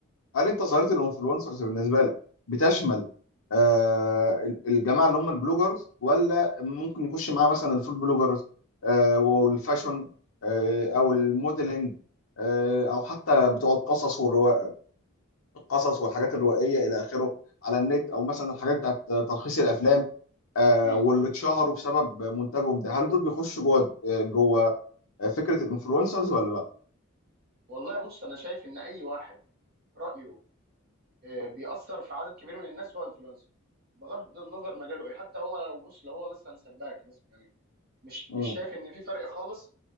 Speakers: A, on the left; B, on the right.
A: هل انت ظاهره الانفلونسرز بالنسبه لك بتشمل آه ال- الجماعه اللي هم البلوجرز ولا ممكن يخش معاه مثلا الفود بلوجرز آه والفاشن آه او الموديلنج آه او حتى بتوع القصص والروا... القصص والحاجات الروائيه الى اخره على النت او مثلا الحاجات بتاعت تلخيص الافلام آه
B: مم.
A: واللي اتشهروا بسبب منتجهم ده هل دول بيخشوا جوه آه، جوه فكره الانفلونسرز ولا لا؟
B: والله بص انا شايف ان اي واحد رايه آه، بيأثر في عدد كبير من الناس هو انفلونسر بغض النظر مجاله ايه حتى هو لو بص لو هو مثلا سباك مثلا يعني مش مش
A: امم
B: شايف ان في فرق خالص